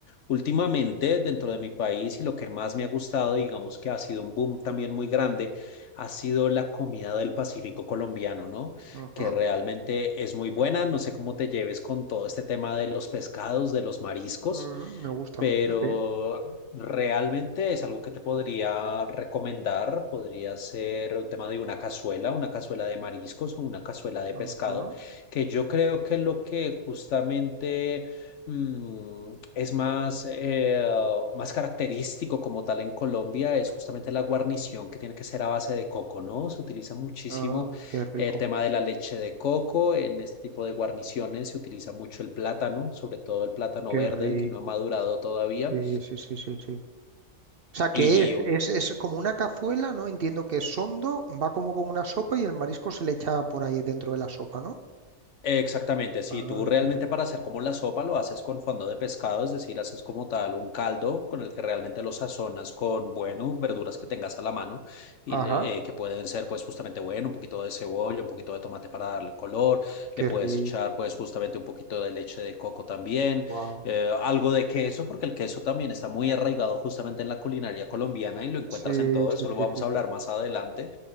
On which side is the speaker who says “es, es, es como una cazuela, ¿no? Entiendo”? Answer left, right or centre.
Right